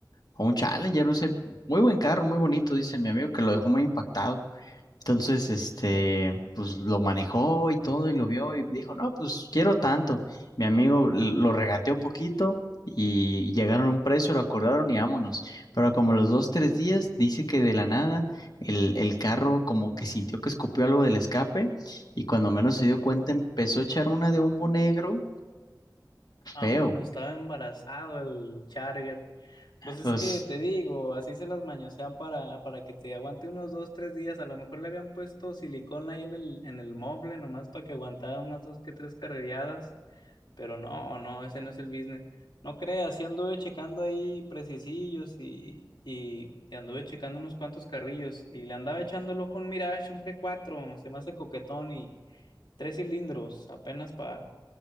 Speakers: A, on the left; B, on the left.
A: o un Challenger, no sé, muy buen carro, muy bonito, dice mi amigo que lo dejó muy impactado. Entonces, este, pues lo manejó y todo y lo vio y dijo, no, pues quiero tanto. Mi amigo l- lo regateó poquito y llegaron a un precio, lo acordaron y vámonos. Pero como los dos, tres días, dice que de la nada el, el carro como que sintió que escupió algo del escape y cuando menos se dio cuenta empezó a echar una de humo negro
B: Vámonos,
A: feo.
B: estaba embarazado el Charger. Pues es
A: Pues
B: que te digo, así se las mañosean para, para que te aguante unos dos, tres días. A lo mejor le habían puesto silicón ahí en el, en el mueble, nomás para que aguantara unas dos que tres carrereadas. Pero no, no, ese no es el business. No creas, sí anduve checando ahí precisillos y, y, y anduve checando unos cuantos carrillos. Y le andaba echando el ojo a un Mirage, un G4, se me hace coquetón y tres cilindros, apenas para